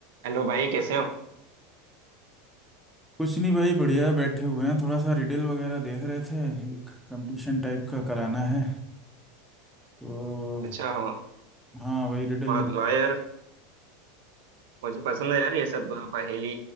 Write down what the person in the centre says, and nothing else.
कुछ नहीं भाई बढ़िया बैठे हुए हैं थोड़ा सा रिडल वगैरह देख रहे थे एक कंपटीशन टाइप का कराना है तो
हाँ वही रिडल
में खेल-